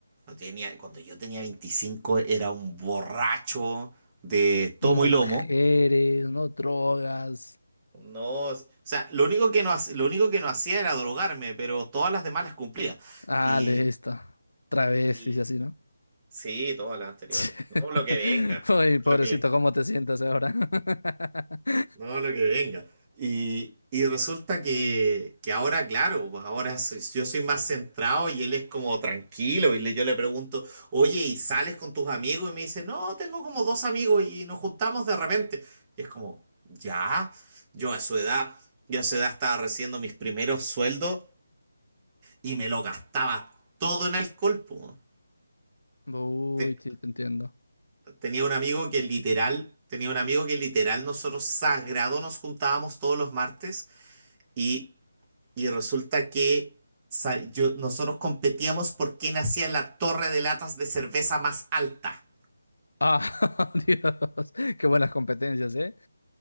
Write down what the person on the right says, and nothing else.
no tenía, cuando yo tenía 25 era un borracho de
tomo y lomo.
No, o sea, lo único que no, hac- lo único que no hacía era drogarme, pero todas las demás las cumplía.
Y,
y
sí, todas las anteriores.
No, lo que venga.
Lo que,
No, lo que venga. Y, y resulta que, que ahora, claro, pues ahora soy- yo soy más centrado y él es como tranquilo. Y le, yo le pregunto, oye, ¿y sales con tus amigos? Y me dice, no, tengo como dos amigos y nos juntamos de repente. Y es como, ya, yo a su edad, yo a su edad estaba recibiendo mis primeros sueldos y me lo gastaba todo en alcohol, po.
Te-
tenía un amigo que literal, tenía un amigo que literal nosotros sagrado nos juntábamos todos los martes y Y resulta que sa- yo- nosotros competíamos por quién hacía la torre de latas de cerveza más alta.